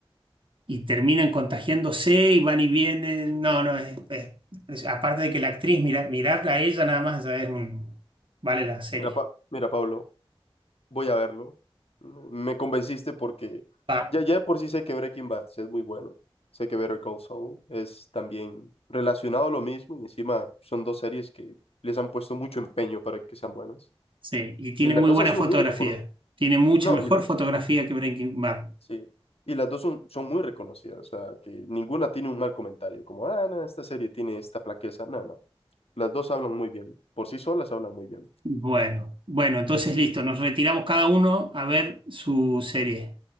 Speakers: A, on the right (about 60°); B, on the left (about 80°).
A: y terminan contagiándose y van y vienen. No, no, es, es- es- aparte de que la actriz, mira, mirarla a ella nada más ya es un, vale la
B: <clears throat>
A: serie.
B: Mira, Pa- mira, Pablo, voy a verlo. Me convenciste porque
A: Va.
B: ya, ya de por sí sé que Breaking Bad sí es muy bueno. Sé que Better Call Saul es también relacionado a lo mismo y encima son dos series que les han puesto mucho empeño para que sean buenas.
A: Sí, y tiene
B: Y las
A: muy
B: dos
A: buena
B: han sido
A: fotografía.
B: muy reconocidas.
A: Tiene mucha
B: Y no,
A: mejor
B: y la,
A: fotografía que Breaking Bad.
B: Sí. Y las dos son, son muy reconocidas, o sea, que ninguna tiene un mal comentario, como, ah, no, esta serie tiene esta flaqueza, no, no. Las dos hablan muy bien, por sí solas hablan muy bien.
A: Bueno, bueno, entonces listo, nos retiramos cada uno a ver su serie.